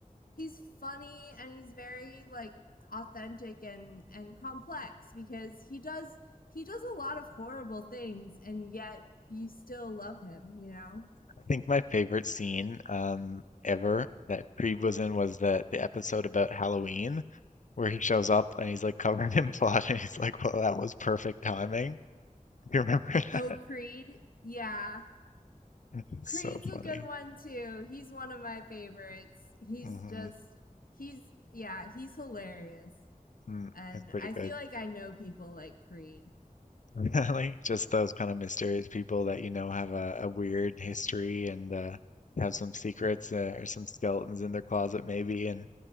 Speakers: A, on the left; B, on the left.
A: he's funny and he's very like authentic and and complex because he does he does a lot of horrible things and yet you still love him, you know?
B: I think my favorite scene um, ever that Creed was in was the the episode about Halloween where he shows up and he's like covered in <laughs> blood and he's like, "Well, that was perfect timing." <laughs> Do you remember <laughs>
A: Oh,
B: that?
A: Creed. Yeah.
B: It's
A: Creed's
B: so
A: a
B: funny.
A: good one too. He's one of my favorites. He's
B: hmm
A: just he's yeah, he's hilarious.
B: Mm,
A: And
B: it's pretty
A: I feel
B: good.
A: like
B: <laughs>
A: I know people like Creed.
B: Really, just those kind of mysterious people that you know have a, a weird history and uh, have some secrets uh, or some skeletons in their closet maybe, and